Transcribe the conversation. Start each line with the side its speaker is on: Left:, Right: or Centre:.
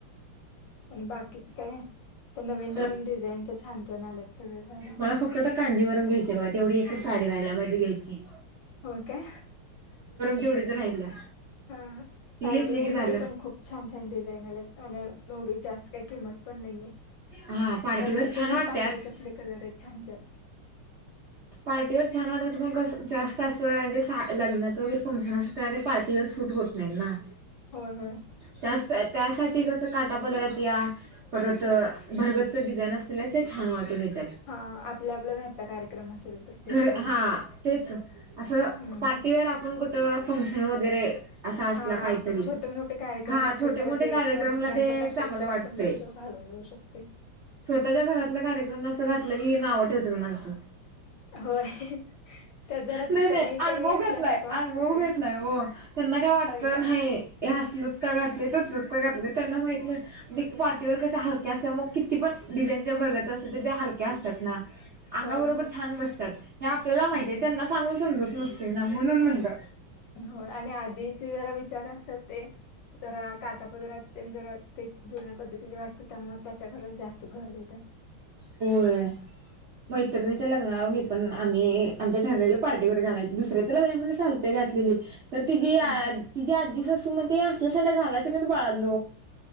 Left: आणि बाकीच काय? तर नवीन नवीन
Right: म
Left: डिझाईनच्या छान छान आल्यात सगळ्या साड्या
Right: मला फक्त कांदीवरून घ्यायची बघ तेवढी एक. व्हायला मजी घ्यायची.
Left: होओ काे.
Right: तेवढेच राहिल्या.
Left: हा
Right: ती
Left: पार्टीवेअर
Right: घेतली की झालं
Left: मध्ये पण खूप छान छान डिझाईन आल्या. आणि एवढ जास्त काही किंमत पण नाहीये.
Right: हा पार्टीवर
Left: कलर तरी
Right: छान वाटत्यात
Left: पाहिजे तसले कलर आहेत छान छान.
Right: पार्टीवर छान वाटतु जास्त असं म्हणे लग्नाचं वगैरे फंक्शन अस त्या ते पार्टीवर सुट होत नाही ना.
Left: हो हो
Right: त्याच त्यासाठी कसं काटापदराची या परत भरगतच डिझाईन असलेल्या ते छान वाटून येत.
Left: हा आपल्या आपल्या घरचा कार्यक्रम असेल. तर ते
Right: घर
Left: छान वाटते.
Right: हा तेच असं
Left: हम्म
Right: पार्टीवेअर
Left: हम्म.
Right: आपण कुठं फंक्शन वगैरे असा
Left: हा
Right: असला काहीतरी
Left: अस छोटे मोठे कार्यक्रम
Right: हा
Left: असले
Right: छोटे
Left: तर
Right: मोठे
Left: ते
Right: कार्यक्रमला
Left: एक किंवा दुसऱ्यांच्यात
Right: ते
Left: असेल
Right: चांगलं
Left: तर
Right: वाटतंय
Left: आपण तस घालून. शकते.
Right: स्वतःच्या घरातला कार्यक्रम असं घातलं की ना आव ठेवत माणसं.
Left: होय त्यात जरा
Right: नाही नाही
Left: कमी कमी
Right: अनुभव
Left: असल्यासारखं
Right: घेतलाय
Left: वाटतंय
Right: अनुभव
Left: सगळं
Right: घेतलाय हो. त्यांना काय वाटतं
Left: होय काय
Right: नाही हस नुसका घातले तरच नुसकं घातले. त्यांना माहित नाही ते पार्टीवर कसे हलक्या असल्या मग किती पण डिझाईन ज बगायच अस तर ते त्या हलक्या असतात. ना. अंगा
Left: होय
Right: बरोबर
Left: होय.
Right: छान बसतात हे आपल्याला माहती
Left: हम्म.
Right: आहे त्यांना सांगून समजत नसते ना म्हणून म्हणत
Left: हो आणि आधीचे जरा विचार असतात ते जरा काटापदरा ते जरा ते जुन्या पद्धतीचे वाटतं त्यामुळे त्याच्या घरच जास्त भर देतात. <unintelligible>
Right: होय. मैत्रिणीच्या लग्नाला मी पण आम्ही आमच्या ठरलेलं पार्टीवर घालायच दुसऱ्याच लग्नने मला चालते घात. ली तर तिी
Left: हम्म हम्म.
Right: तिी आजी स असू म्हण असल्या सा घालायच्या नाही बाळांन